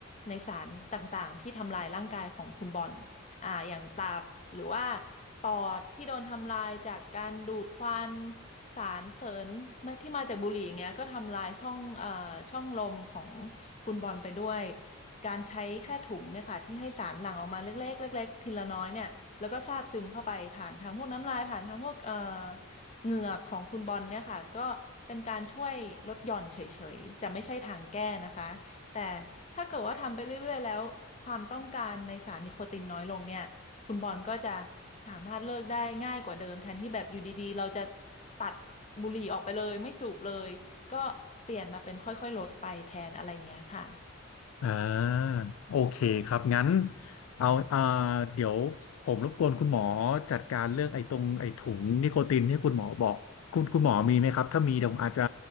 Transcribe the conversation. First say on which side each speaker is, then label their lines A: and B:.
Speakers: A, on the left; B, on the left.
A: ในสารต่างๆที่ทำลายร่างกายของคุณบอลอ่าอย่างตับหรือว่าปอดที่โดนทำลายจากการดูดควันสารเสริญที่มาจากบุหรี่อย่างเงี้ยก็ทำลายช่องเอ่อช่องลมของ คุณบอลไปด้วยการใช้แค่ถุงเนี่ยค่ะที่ให้สารหลั่งออกมาเล็กๆเล็กๆทีละน้อยเนี่ยแล้วก็ซาบซึมเข้าไปผ่านทางพวกน้ำลายผ่านทางพวกเอ่อเหงือกของคุณบอลเนี่ยค่ะก็เป็นการช่วยลดหย่อนเฉยๆจะไม่ใช่ทางแก้นะคะแต่ถ้าเกิดว่าทำไปเรื่อยๆแล้วความต้องการในสารนิโคตินน้อยลงเนี่ยคุณบอลก็จะสามารถเลิกได้ง่ายกว่าเดิมแทนที่แบบอยู่ดีๆเราจะตัดบุหรี่ออกไปเลยไม่สูบเลย ก็เปลี่ยนมาเป็นค่อยๆลดไปแทนอะไรอย่างเงี้ยค่ะ
B: อ่าโอเคครับงั้นเอาอ่าเดี๋ยวผมรบกวนคุณหมอจัดการเรื่องไอ้ตรงไอ้ถุงนิโคตินที่คุณหมอบอกคุณคุณหมอมีไหมครับถ้ามีเดี๋ยวผมอาจจะ